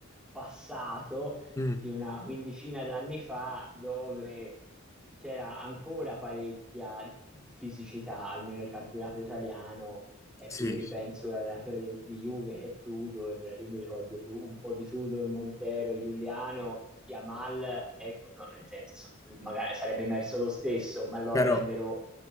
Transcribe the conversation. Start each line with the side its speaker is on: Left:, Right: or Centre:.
Centre: passato,
Left: Mm,
Centre: di una quindicina d'anni fa, dove c'era ancora parecchia fisicità, almeno nel campionato italiano. Ecco,
Left: sì,
Centre: io ripenso all'allenatore de- di Juve che è Tudor, io mi ricordo tu- un po' di Tudor, Montero, Giuliano, Yamal, ecco, no, nel senso, magari sarebbe emerso lo stesso, ma lo
Left: però
Centre: avrebbero